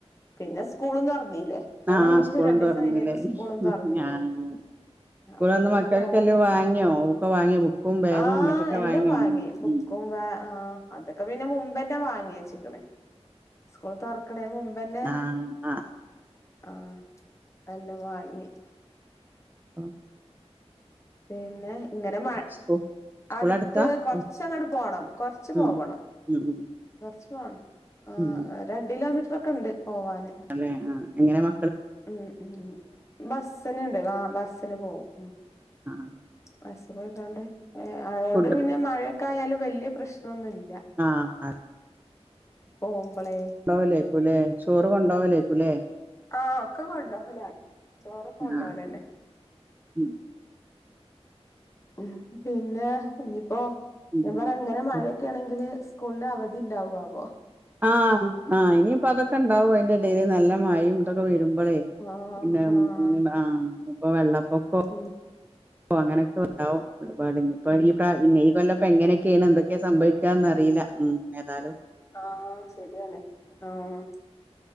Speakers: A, on the left; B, on the right.
A: പിന്നെ സ്ക്കൂളും തോറന്നീലെ അത്
B: ആഹ്
A: കയ്ഞ്
B: സ്കൂളും
A: രണ്ടീസം
B: തുറന്നില്ലേ
A: കയ്ഞേക്ക്‌ സ്കൂളും തോറന്നീലെ.
B: ആഹ് സ്കൂളന്ന്
A: അപ്പൊ പിന്നെ
B: മക്കൾക്കെല്ലാം
A: പോവാം പറ്റി
B: വാങ്ങിയോ ഒക്കെ വാങ്ങിയോ ബുക്കും ബാഗും
A: ആഹ്
B: അങ്ങനത്തൊക്കെ
A: എല്ലാം
B: വാങ്ങിയോ
A: വാങ്ങി
B: ഉം
A: ബുക്കും
B: ഉം
A: വാ ആഹ് അതൊക്കെ പിന്നെ മുമ്പന്നെ വാങ്ങിച്ച്ക്ക്‌ണ് സ്കൂള് തൊറക്ക്‌ണേ മും മ്പന്നെ
B: ആഹ് ആഹ്
A: ആഹ് എല്ലാം വാങ്ങി.
B: ആഹ്.
A: പിന്നെ അ്‌ങ്ങനെ മാ
B: സ്കൂ സ്കൂൾ
A: അടുത്ത്
B: അടുത്താ
A: കൊർച്ചങ്ങട്
B: ഉം
A: പോണം കൊർച്ച് പോവണം.
B: ഉം ഉം ഉം
A: കൊർച്ച് പൊണം ആഹ്
B: ഉം
A: രണ്ട് കിലോമീറ്റ്റോക്കണ്ട് പോവാന്.
B: അല്ലെ ആഹ് എങ്ങനെ മ
A: ഉം ഉം ബസ്സിന്ണ്ട് ആഹ് ബസ്സിന് പോവും ഉം.
B: ആഹ്
A: ബസ് പോയിക്കാണ്ട് ആയേണ്ട്
B: ഫുഡ്
A: പിന്നെ മഴയൊക്കെ ആയാലും വല്ല്യ പ്രശ്നന്നുംല്ല.
B: ആഹ്.
A: പോവുംമ്പളെ
B: കൊണ്ടോവലേര്ക്കുലെ ചോറ് കൊണ്ടോവലേര്ക്കുലെ.
A: ആഹ് ഒക്കെ കൊണ്ടൊവലാ ചോറോക്കെ കൊണ്ടൊവലന്നെ.
B: ആഹ് ഉം.
A: ഉം, പിന്നെ ഇഞിപ്പോ
B: ഉം
A: ഞാം പറയാ ഇങ്ങനെ
B: ഉം
A: മഴക്കേണങ്കില് സ്കൂൾന് അവധി ണ്ടാവു ആവോ.
B: ആഹ് ആഹ് ഇനിപ്പ അതൊക്കെണ്ടാവും അയ്ന്റെടേല് ന്നല്ല മയും ഇതൊക്കെ വരുംമ്പളേയ്.
A: ആഹ്
B: പിന്നെ
A: ആഹ്
B: ഉം ആഹ് ഇപ്പൊ വെള്ളപ്പൊകൊ
A: ഉം
B: ഓ അങ്ങനൊക്കണ്ടാവും ഒരുപാട് ഇഞിപ്പൊ
A: ഉം
B: ഈ പ്രാ ഈ കൊല്ലപ്പങ്ങനെ
A: ഉം
B: ക്കേണ് എന്തൊക്കെയാ സംഭവിക്കാന്ന അറീലാ ഉം ഏതാലും
A: ആഹ് ശരിയാണ് ആഹ്